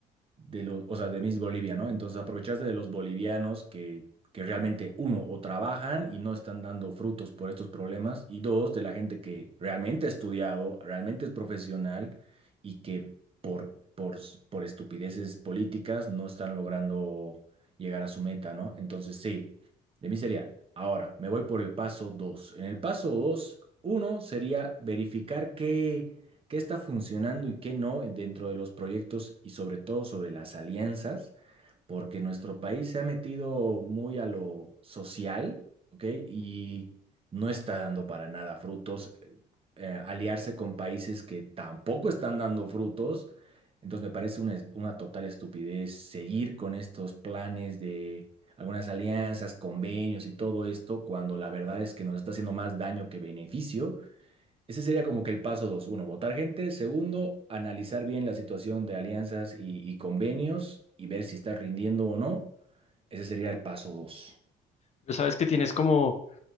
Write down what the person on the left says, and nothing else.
Pero sabes que tienes como,